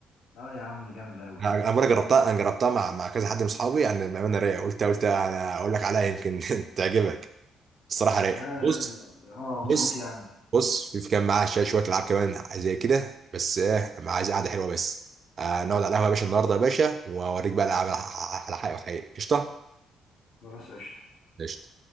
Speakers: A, on the left; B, on the right.
A: اه يا عم جامده اوي
B: انا أنا مره جربتها انا جربتها مع مع كذا حد من اصحابي يعني بامانه رايقه قلت قلت انا اقول لك عليها يمكن <laughs> تعجبك الصراحه رايقه
A: يا
B: بص
A: اه موت
B: بص
A: يعني
B: بص في في كان معاه شويه شوية العاب كمان زي كده بس ايه أنا عايز قعده حلوه بس آه نقعد على القهوه يا باشا النهارده يا باشا واوريك بقى الالعاب على على حقيقه وحقيقي قشطه
A: خلاص قشطه
B: قشطه